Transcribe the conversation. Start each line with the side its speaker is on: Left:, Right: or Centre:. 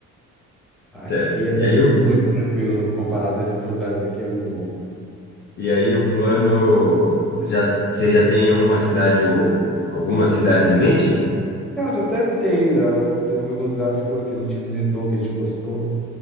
Centre: Aqui
Left: Certo.
Centre: é
Left: E aí, o-
Centre: muito tranquilo comparado a esses lugares aqui, é muito bom.
Left: e aí o plano, já, você já tem uma cidade ou algumas cidades em mente?
Centre: Cara, até tem já. Eu- Teve alguns lugares que, eu- que a gente visitou, que a gente gostou.